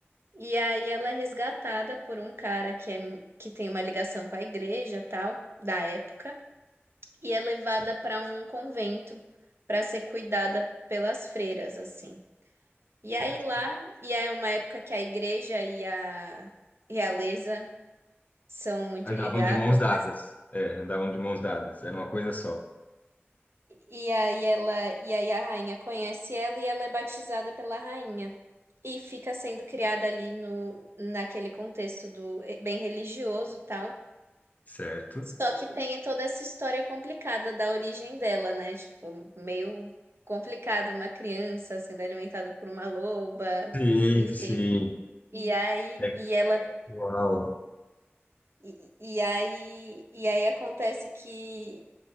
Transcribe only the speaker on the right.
E aí ela é resgatada por um cara que, é, que tem uma ligação com a igreja, tal, da época, e é levada
para um convento para ser cuidada pelas freiras, assim. E
aí lá, e é uma época que a igreja e a realeza são muito
ligadas,
né?
E, e aí ela, e aí a rainha conhece ela e ela é batizada pela rainha. E fica sendo criada ali no, naquele contexto do eh, bem religioso e tal.
Só que tem toda essa história complicada da origem dela, né? Tipo, meio complicado uma criança sendo alimentada por uma loba,
enfim.
E aí,
e ela,
e, e aí, e aí acontece que